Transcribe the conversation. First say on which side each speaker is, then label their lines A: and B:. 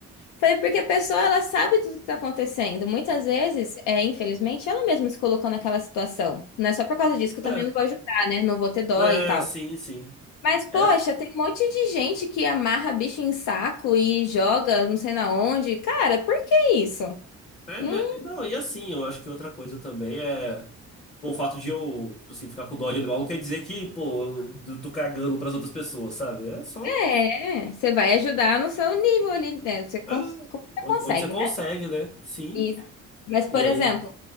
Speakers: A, on the left; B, on the left.
A: Falei, porque a pessoa, ela sabe tudo que tá acontecendo. Muitas vezes, é, infelizmente, ela mesma se colocou naquela situação. Não é só por causa disso que eu também
B: É,
A: não vou ajudar, né? Não vou ter dó
B: é,
A: e tal.
B: né, sim, sim.
A: Mas, poxa,
B: Era,
A: tem um monte de gente que amarra bicho em saco e joga não sei na onde. Cara, por que isso?
B: é,
A: Não
B: né? né. Não, e assim, eu acho que outra coisa também é. Pô, o fato de eu, tipo assim, ficar com dó de animal não quer dizer que, pô, eu eu tô cagando pras outras pessoas, sabe? É só.
A: é. Você vai ajudar no seu nível ali, né? Você, cons-
B: é,
A: você
B: onde,
A: consegue,
B: onde você consegue,
A: né?
B: né? Sim.
A: Isso. Mas, por
B: E aí.
A: exemplo...